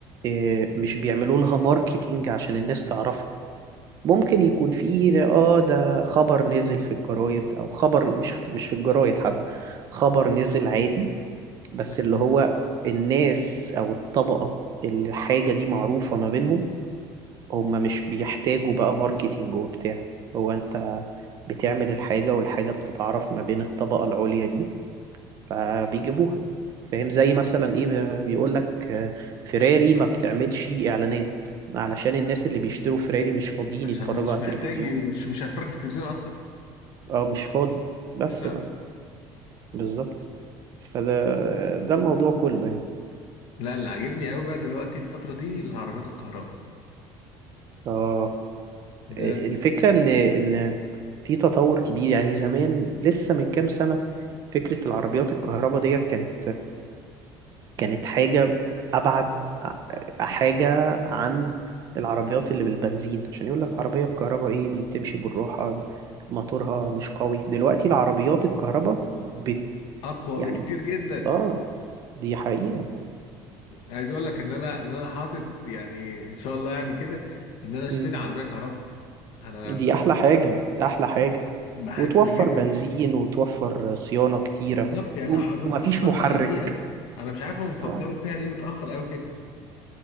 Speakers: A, on the right; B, on the left.
A: آه، مش بيعملوا لها ماركتينج عشان الناس تعرفها ممكن يكون فيه اه ده خبر نزل في الجرايد او خبر مش في- مش في الجرايد حد خبر نزل عادي بس
B: مم.
A: اللي هو الناس او الطبقة اللي الحاجة دي معروفة ما بينهم هما مش بيحتاجوا بقى ماركتينج وبتاع هو انت بتعمل الحاجة والحاجة بتتعرف ما بين الطبقة العليا دي فبيجيبوها فاهم زي مثلا ايه بيقول لك فيراري ما بتعملش اعلانات علشان الناس اللي بيشتروا فيراري مش فاضيين
B: عشان
A: يتفرجوا
B: مش
A: على التلفزيون
B: محتاج مش مش هتفرج في التلفزيون اصلا
A: اه مش فاضي بس
B: <laughs>
A: بقى بالظبط فده ده الموضوع كله يعني
B: لا اللي عاجبني قوي بقى دلوقتي الفترة دي العربيات الكهرباء
A: اه
B: ده
A: الفكرة ان ان في تطور كبير يعني زمان لسه من كام سنة فكرة العربيات الكهرباء ديت كانت كانت حاجة أبعد ع- حاجة عن العربيات اللي بالبنزين عشان يقول لك عربية بكهرباء إيه دي بتمشي بالراحة موتورها مش قوي دلوقتي العربيات الكهرباء بت
B: اقوى
A: يعني
B: بكتير جدا
A: آه دي حقيقة
B: عايز اقول لك ان انا ان انا حاطط يعني ان شاء الله يعني كده ان انا اشتري
A: مم.
B: عربية كهرباء انا
A: دي أحلى حاجة أحلى حاجة
B: بحب
A: وتوفر
B: جدا
A: بنزين وتوفر صيانة كتيرة
B: بالظبط يعني
A: وم-
B: حافظ
A: ومفيش
B: حافظت
A: محرك
B: على البيئه انا مش عارف هم بيفكروا
A: آه.
B: فيها ليه متاخر قوي كده